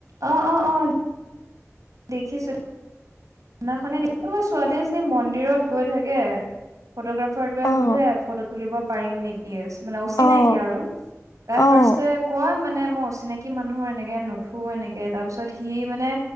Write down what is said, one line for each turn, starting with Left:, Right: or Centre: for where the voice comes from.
Right: অ অ অ দেখিছো সেদিনাখনে দেখ কোনোবা ছোৱালী এজনী মন্দিৰত গৈ থাকে ফটোগ্ৰাফাৰটোৱে
Left: অ',
Right: সোধে ফটো তুলিব পাৰিম নি ইয়েছ মানে অচিনাকি
Left: অ',
Right: আৰু তাই
Left: অ',
Right: ফাৰ্ষ্টে কয় মানে মই অচিনাকি মানুহৰ এনেকে নুথো এনেকে তাৰপিছত সি মানে